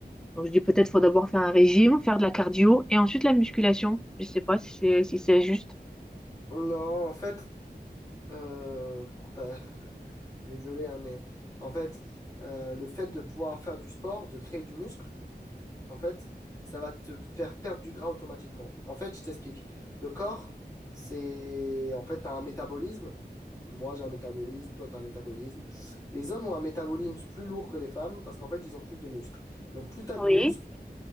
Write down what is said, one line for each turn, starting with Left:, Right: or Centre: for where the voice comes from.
Centre: Donc, je dis, peut-être faut d'abord faire un régime, faire de la cardio, et ensuite la musculation. Je sais pas si c'est si c'est juste.
Left: Non, en fait, euh, pour ta... <laughs> désolé, hein, mais en fait, euh, le fait de pouvoir faire du sport, de créer du muscle, en fait, ça va te faire perdre du gras automatiquement. En fait, je t'explique. Le corps, c'est... En fait, tu as un métabolisme. Moi, j'ai un métabolisme, toi, tu as un métabolisme. Les hommes ont un métabolisme plus lourd que les femmes parce qu'en fait, ils ont plus de muscles. Donc, plus tu as de
Centre: Oui.
Left: muscles,